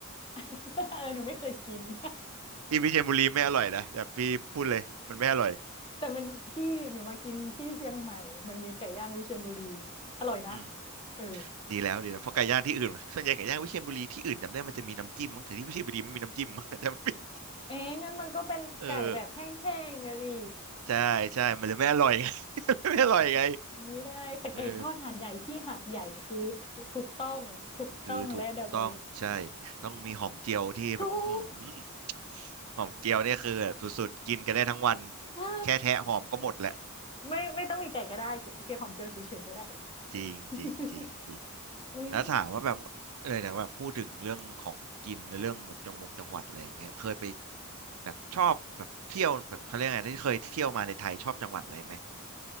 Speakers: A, on the left; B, on the right.
A: <laughs> เออหนูไม่เคยกิน <laughs>
B: ที่วิเชียรบุรีไม่อร่อยนะแบบพี่พูดเลยมันไม่อร่อย
A: แต่มันที่หนูมากินที่เชียงใหม่มันมีไก่ย่างวิเชียรบุรีอร่อยนะ
B: อืม
A: เออ
B: ดีแล้วดีแล้วเพราะไก่ย่างที่อื่นส่วนใหญ่ไก่ย่างวิเชียรบุรีที่อื่นจำได้มันจะมีน้ำจิ้มมั้งแต่ที่วิเชียรบุรีไม่มีน้ำจิ้มมั้ง <laughs> จำไม่ผิด
A: เอ๊ะงั้นมันก็เป็นไก่แบบแห้งๆอะดิ
B: เออใช่ใช่มันเลยไม่อร่อยไง <laughs> ไม่อร่อยไง
A: เออไม่ได้แต่ไก่ทอดหาดใหญ่ที่หาดใหญ่คือถูกถูกต้องถูกต้องและเดอะเบส
B: เออ คือถูกต้องใช่ต้องมีหอมเจียวที่แบบอื้อหือ
A: ถูก
B: หอมเจียวเนี่ยคือแบบสุดๆกินกันได้ทั้งวัน
A: ใช่
B: แค่แทะหอมก็หมดแหละ
A: ไม่ไม่ต้องมีไก่ก็ได้เกลือหอมเจียวเฉยๆก็ได้
B: จริงจริงจริงจริง
A: <laughs> อุ้ยชอบ
B: แล้วถามว่าแบบอะไรนะแบบพูดถึงเรื่องของกินหรือเรื่องแบบจังหวงจังหวัดอะไรอย่างเงี้ยเคยไปแบบชอบแบบเที่ยวแบบเขาเรียกไงที่เคยเที่ยวมาในไทยชอบจังหวัดอะไรไหม